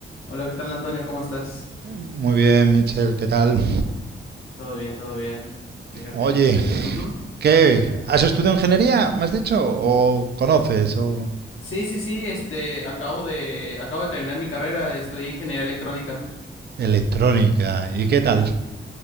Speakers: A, on the left (about 85°); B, on the right (about 50°).
A: Hola, ¿qué tal, Antonio? ¿Cómo estás?
B: Muy bien, Michel, ¿qué tal?
A: Todo bien, todo bien. Fíjate.
B: Oye,
A: Ujú.
B: ¿qué? ¿Has estudiado ingeniería, me has dicho? ¿O conoces? ¿O
A: Sí, sí, sí, este, acabo de, acabo de terminar mi carrera, estudié ingeniería electrónica.
B: electrónica?
A: Ujú.
B: ¿Y qué tal?